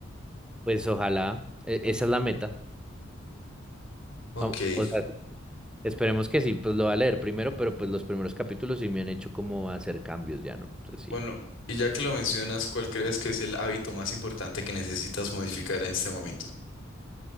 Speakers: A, in the centre; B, on the left.
A: Pues ojalá, e- esa es la meta.
B: Ok.
A: O, o sea, esperemos que sí, pues lo va a leer primero, pero pues los primeros capítulos sí me han hecho como hacer cambios ya, ¿no? Entonces sí.
B: Bueno, y ya que lo mencionas, ¿cuál crees que es el hábito más importante que necesitas modificar en este momento?